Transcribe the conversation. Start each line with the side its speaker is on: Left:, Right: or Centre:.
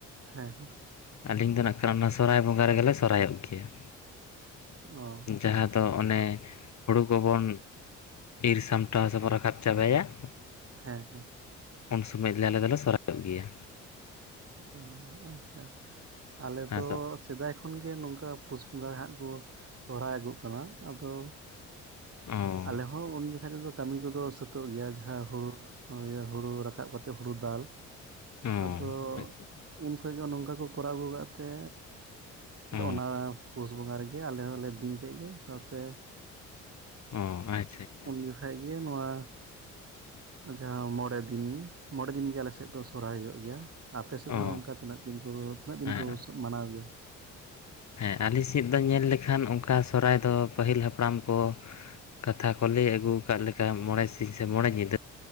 Right: ᱦᱮᱸ ᱦᱮᱸ ᱾
Left: ᱟᱞᱤᱧ ᱫᱚ ᱱᱟᱜ ᱠᱷᱟᱱ ᱚᱱᱟ ᱥᱚᱦᱨᱟᱭ ᱵᱚᱸᱜᱟ ᱨᱮ ᱜᱮ ᱞᱮ ᱥᱚᱨᱦᱟᱭᱚᱜ ᱜᱮᱭᱟ ᱾
Right: ᱚ ᱾
Left: ᱡᱟᱦᱟᱸ ᱫᱚ ᱚᱱᱮ ᱦᱩᱲᱩ ᱠᱚᱵᱚᱱ ᱤᱨ ᱥᱟᱢᱴᱟᱣ ᱥᱮ ᱵᱚᱱ ᱨᱟᱠᱟᱵ ᱪᱟᱵᱟᱭᱟ ᱾
Right: ᱦᱮᱸ ᱦᱮᱸ᱾
Left: ᱩᱱ ᱥᱚᱢᱚᱭ ᱫᱚ ᱟᱞᱮ ᱫᱚᱞᱮ ᱥᱚᱨᱦᱟᱭᱚᱜ ᱜᱮᱭᱟ ᱾
Right: ᱚ ᱟᱪᱪᱷᱟ ᱾ ᱟᱞᱮ
Left: ᱟᱫᱚ
Right: ᱫᱚ ᱥᱮᱫᱟᱭ ᱠᱷᱚᱱ ᱜᱮ ᱱᱚᱝᱠᱟ ᱯᱩᱥ ᱵᱚᱸᱜᱟ ᱦᱟᱸᱜ ᱠᱚ ᱥᱚᱦᱚᱨᱟᱭ ᱟᱹᱜᱩᱜ ᱠᱟᱱᱟ ᱟᱫᱚ
Left: ᱚ
Right: ᱟᱞᱮ ᱦᱚᱸ ᱩᱱ ᱡᱚᱠᱷᱟ ᱛᱮᱫᱚ ᱠᱟᱹᱢᱤ ᱠᱚᱫᱚ ᱥᱟᱹᱛᱚᱜ ᱜᱮᱭᱟ ᱡᱟᱦᱟᱸ ᱦᱩᱲᱩ ᱦᱩᱲᱩ ᱨᱟᱠᱟᱵ ᱠᱟᱛᱮ ᱦᱩᱲᱩ ᱫᱟᱞ
Left: ᱚ
Right: ᱟᱫᱚ
Left: ᱟᱪᱪᱷᱟ
Right: ᱩᱱᱠᱷᱟᱡ ᱜᱮ ᱱᱚᱝᱠᱟ ᱠᱚ ᱠᱚᱨᱟᱣ ᱟᱹᱜᱩ ᱠᱟᱜ ᱛᱮ ᱟᱫᱚ
Left: ᱚ
Right: ᱚᱱᱟ ᱯᱩᱥ ᱵᱚᱸᱜᱟ ᱨᱮ ᱜᱮ ᱟᱞᱮ ᱦᱚᱸᱞᱮ ᱫᱤᱱ ᱠᱮᱫ ᱜᱮ ᱥᱟᱶᱛᱮ
Left: ᱚ ᱟᱪᱪᱷᱟ ᱟᱪᱪᱷᱟ
Right: <inaudible> ᱩᱱ ᱡᱚᱠᱷᱮᱡ ᱜᱮ ᱱᱚᱣᱟ ᱡᱟᱦᱟᱸ ᱢᱚᱬᱮ ᱫᱤᱱ ᱢᱚᱬᱮ ᱫᱤᱱ ᱜᱮ ᱟᱞᱮ ᱥᱮᱫ ᱫᱚ ᱥᱚᱨᱦᱟᱭ ᱦᱳᱭᱳᱜ ᱜᱮᱭᱟ ᱟᱯᱮ ᱥᱮᱫ
Left: ᱚ
Right: ᱫᱚ ᱚᱱᱠᱟ ᱛᱤᱱᱟᱹᱜ ᱫᱤᱱ ᱠᱚ ᱛᱤᱱᱟᱹᱜ ᱫᱤᱱ
Left: ᱦᱮᱸ
Right: ᱠᱚ ᱢᱟᱱᱟᱣ ᱜᱮᱭᱟ
Left: ᱦᱮᱸ ᱟᱞᱮ ᱥᱮᱫ ᱫᱚ ᱧᱮᱞ ᱞᱮᱠᱷᱟᱱ ᱚᱱᱠᱟ ᱥᱚᱨᱦᱟᱭ ᱫᱚ ᱯᱟᱹᱦᱤᱞ ᱦᱟᱯᱲᱟᱢ ᱠᱚ ᱠᱟᱛᱷᱟ ᱠᱚ ᱞᱟᱹᱭ ᱟᱹᱜᱩ ᱟᱠᱟᱫ ᱞᱮᱠᱟ ᱢᱚᱬᱮ ᱥᱤᱧ ᱥᱮ ᱢᱚᱬᱮ ᱧᱤᱫᱟᱹ